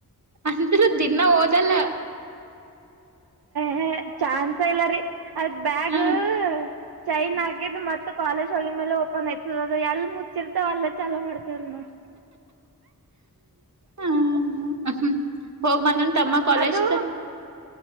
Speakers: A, on the right; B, on the right.
A: ಅಂದ್ರ ದಿನಾ ಓದಲ್ಲ.
B: ಹೇ ಚಾನ್ಸ ಇಲ್ಲ ರೀ. ಅದ್ ಬ್ಯಾಗು
A: ಹ
B: ಚೈನ್ ಆಗಿದ್ದ ಮತ್ ಕಾಲೇಜ್ ಒ ಮೇಲೆ ಓಪನ್ ಆಯ್ತದ ಅದು ಎಲ್ ಮುಚ್ಚಿರ್ತಾವ್ ಚಲೋ ಮಾಡ್ತವ ನಾವು.
A: ಹ್ಮ- ಹೋಗ ಬಂದ್ ನಾ ತಮ್ಮ ಕಾಲೇಜ್
B: ಅದು
A: ಕ.